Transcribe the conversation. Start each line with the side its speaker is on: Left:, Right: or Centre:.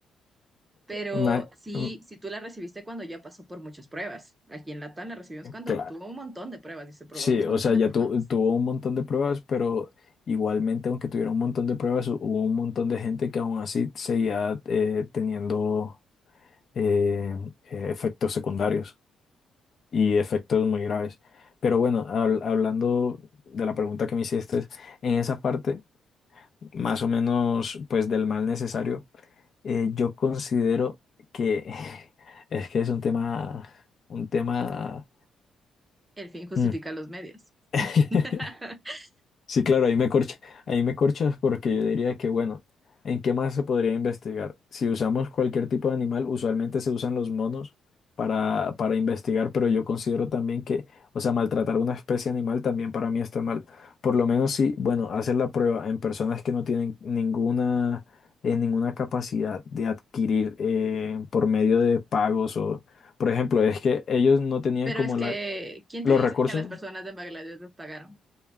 Right: Pero
Left: Ma-
Right: sí,
Left: mm,
Right: si tú la recibiste cuando ya pasó por muchas pruebas. Aquí en Latam la recibimos cuando
Left: cla-
Right: tuvo un montón de pruebas y se probó
Left: sí,
Right: a un
Left: o
Right: montón
Left: sea,
Right: de
Left: ya
Right: personas.
Left: tu- tuvo un montón de pruebas, pero igualmente, aunque tuviera un montón de pruebas, hu- hubo un montón de gente que aún así seguía eh, teniendo eh, eh, efectos secundarios y efectos muy graves. Pero bueno, habl- hablando de la pregunta que me hiciste, en esa parte, más o menos, pues del mal necesario. Eh, yo considero que <laughs> es que es un tema, un tema
Right: El fin justifica
Left: mm,
Right: los medios.
Left: <laughs>
Right: <laughs>
Left: Sí, claro, ahí me corcha, ahí me corchas porque yo diría que, bueno, ¿en qué más se podría investigar? Si usamos cualquier tipo de animal, usualmente se usan los monos para, para investigar, pero yo considero también que, o sea, maltratar una especie animal también para mí está mal. Por lo menos si, bueno, hacer la prueba en personas que no tienen ninguna, eh, ninguna capacidad de adquirir eh, por medio de pagos o, por ejemplo, es que ellos no tenían
Right: Pero
Left: como
Right: es que,
Left: la,
Right: ¿quién
Left: los
Right: te dice
Left: recursos.
Right: que a las personas de Bangladesh les pagaron?